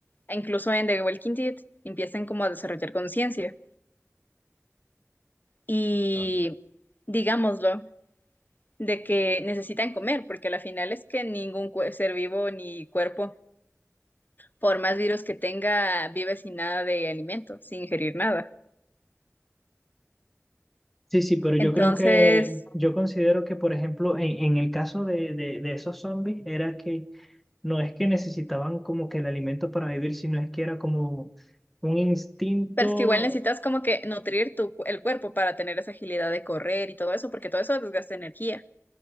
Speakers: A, on the left; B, in the centre.
A: incluso en The Walking Dead, empiezan como a desarrollar conciencia. Y
B: Ah.
A: digámoslo. de que necesitan comer, porque la final es que ningún cue- ser vivo ni cuerpo, por más virus que tenga, vive sin nada de alimento, sin ingerir nada.
B: Sí, sí, pero yo
A: Entonces,
B: creo que, yo considero que, por ejemplo, en, en el caso de, de, de esos zombies, era que no es que necesitaban como que el alimento para vivir, sino es que era como un instinto.
A: pero es que igual necesitas como que nutrir tu, cu- el cuerpo para tener esa agilidad de correr y todo eso, porque todo eso desgasta energía.